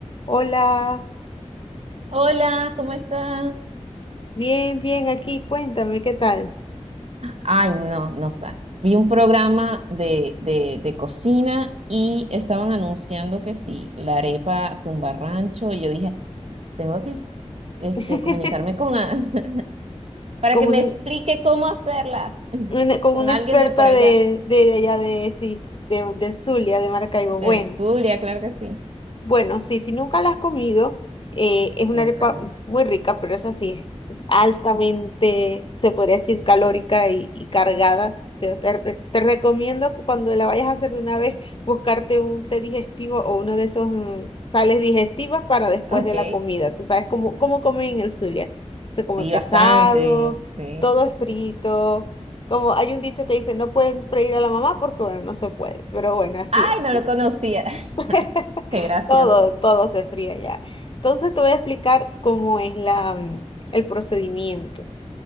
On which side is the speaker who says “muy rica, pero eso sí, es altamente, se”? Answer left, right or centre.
Left